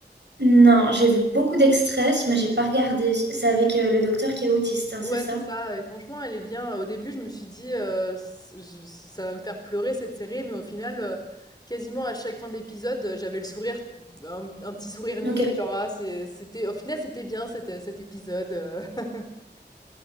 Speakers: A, on the right; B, on the left.
A: Non, j'ai vu beaucoup d'extraits, mais j'ai pas regardé. C'est avec euh, le docteur qui est autiste, hein,
B: Ouais,
A: c'est ça?
B: c'est ça. Et franchement, elle est bien. Au début, je me suis dit, euh, c- je- ça va me faire pleurer cette série, mais au final, euh, quasiment à chaque fin d'épisode, euh, j'avais le sourire, un, un petit sourire niais,
A: Ok.
B: genre, ah, c'est- c'était, au final, c'était bien cet, cet épisode. euh. <laughs>